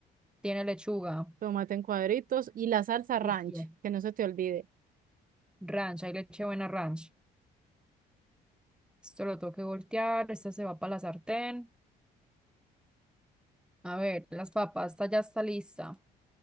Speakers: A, in the centre; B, on the right.
A: Tiene lechuga.
B: tomate en cuadritos y la salsa ranch,
A: Listo.
B: que no se te olvide.
A: Ranch, hay leche buena ranch. Esto lo tengo que voltear, esta se va para la sartén. A ver, las papas, esta ya está lista.